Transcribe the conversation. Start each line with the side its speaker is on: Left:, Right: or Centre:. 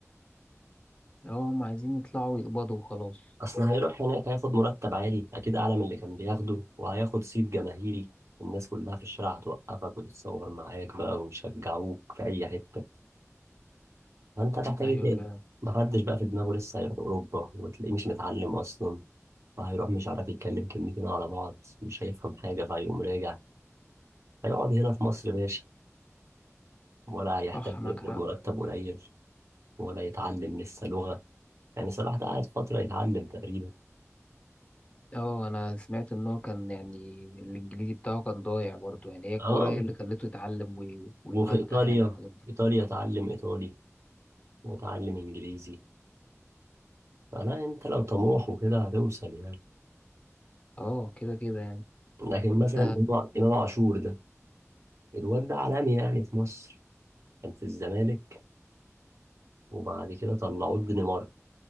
Left: اه هم عايزين يطلعوا يقبضوا وخلاص
Right: اصل هيروح هناك هياخد مرتب عالي اكيد اعلى من اللي كان بياخده وهياخد صيت جماهيري الناس كلها في الشارع هتوقفك وتتصور معاك بقى ويشجعوك في اي حتة فانت هتحتاج
Left: أيوة
Right: ايه تاني
Left: فعلا
Right: محدش بقى في دماغه لسه هيروح اوروبا وتلاقيه مش متعلم اصلا فهيروح مش عارف يتكلم كلمتين على بعض مش هيفهم حاجة فهيقوم راجع هيقعد هنا في مصر ماشي ولا هيحتاج
Left: صح
Right: يقبض
Left: معاك حق
Right: مرتب قليل ولا يتعلم لسه لغة يعني صلاح ده قاعد فترة يتعلم تقريبا
Left: اه أنا سمعت إن هو كان يعني الإنجليزي بتاعه كان ضايع برضو يعني هي الكورة
Right: اه
Left: هي اللي خلته يتعلم وي- ويفتح
Right: وفي ايطاليا
Left: يعني الحاجات دي
Right: ايطاليا اتعلم ايطالي واتعلم انجليزي فلا انت لو طموح وكده هتوصل يعني
Left: اه كده كده يعني
Right: لكن
Left: أنت
Right: مثلا امام إمام عاشور ده الواد ده عالمي يعني في مصر كان في الزمالك وبعد كده طلعوه الدنمارك